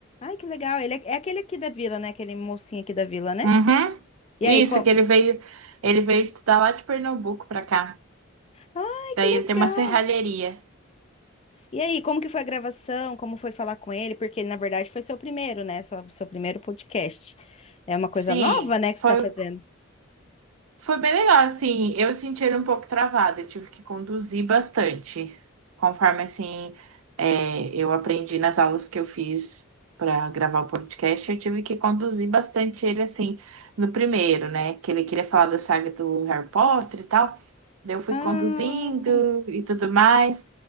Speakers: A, on the left; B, on the right.
A: Ai, que legal. Ele é, é aquele aqui da vila, né? Aquele mocinho aqui da vila, né?
B: Uhum.
A: E
B: Isso,
A: aí, como?
B: que ele veio, ele veio estudar lá de Pernambuco pra cá.
A: Ai,
B: Daí
A: que legal.
B: ele tem uma serralheria.
A: E aí, como que foi a gravação? Como foi falar com ele? Porque ele, na verdade, foi seu primeiro, né? Sua- Seu primeiro podcast. É uma coisa
B: Sim,
A: nova, né,
B: foi
A: que você tá fazendo.
B: Foi bem legal, assim, eu senti ele um pouco travado, eu tive que conduzir bastante, conforme, assim, é, eu aprendi nas aulas que eu fiz para gravar o podcast, eu tive que conduzir bastante ele, assim, no primeiro, né, que ele queria falar da saga do Harry Potter e tal, daí eu fui
A: Ah.
B: conduzindo e tudo mais,